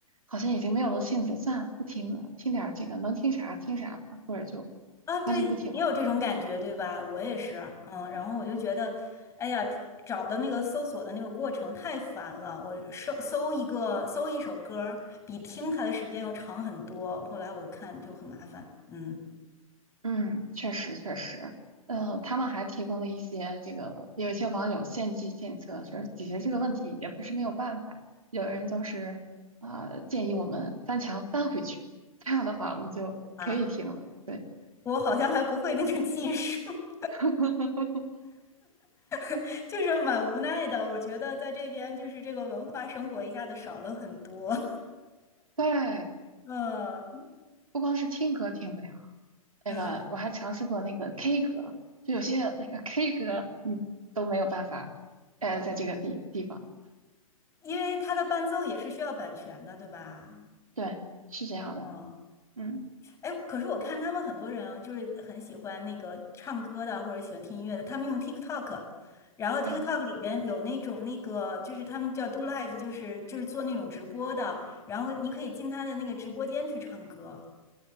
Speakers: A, on the right; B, on the left.
A: 好像已经没有了兴致，算了，不听了，听点儿这个能听啥听啥吧，或者就
B: 啊，对，
A: 干脆不听了。
B: 你有这种感觉，对吧？我也是，嗯，然后我就觉得，哎呀，找的那个搜索的那个过程太烦了，我搜搜一个搜一首歌儿，比听它的时间要长很多。后来我看就很麻烦，嗯
A: 嗯，确实确实。呃，他们还提供了一些这个，有一些网友献计献策，说解决这个问题也不是没有办法。有人就是啊、呃建议我们翻墙翻回去，这样的话我们就可以听了。
B: 啊，
A: 对。
B: 我好像还不会那个技术，
A: <laughs>
B: <laughs> 就是蛮无奈的。我觉得在这边就是这个文化生活一下子少了很多，
A: 对，
B: <laughs> 嗯
A: 不光是听歌听不了，那个我还尝试过那个
B: 嗯，
A: K 歌，就有些那个 K 歌，嗯，都没有办法，呃，在这个地地方，
B: 因为它的伴奏也是需要版权的，对吧？
A: 对，是这样的，
B: 嗯。
A: 嗯，
B: 哎，可是我看他们很多人啊就是很喜欢那个唱歌的，或者喜欢听音乐的，他们用 TikTok，然后 TikTok
A: 然后
B: 里边有那种那个，就是他们叫 do live，就是就是做那种直播的，然后你可以进他的那个直播间去唱歌。